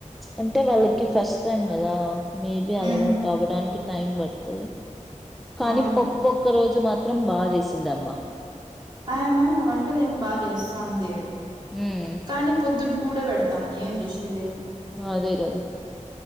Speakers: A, in the centre; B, on the right.
A: అంటే వాళ్ళకి ఫస్ట్ టైమ్ కదా మేబి
B: హ్మ్
A: అలవాటు అవ్వడానికి టైం పడుతది కానీ
B: అవును
A: ఒక్క రోజు మాత్రం బాగా చేసింది అమ్మ
B: ఆయమా వంటలు ఏం బా చేస్తాంది
A: హ్మ్
B: కానీ పొద్దున్న కూడా పెడతాంది ఏం చేషేది
A: అదే కదా